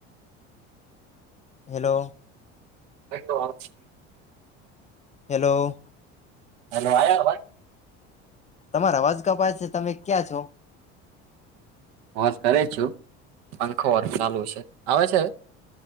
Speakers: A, on the left; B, on the right.
A: હેલો
B: ધ્યવાદ <inaudible>
A: હલો
B: હલો આ <unintelligible>
A: તમારે અવાજ કપાય છે તમે ક્યાં છો
B: વશ કર છું પંખો ચાલુ છે આવે છે.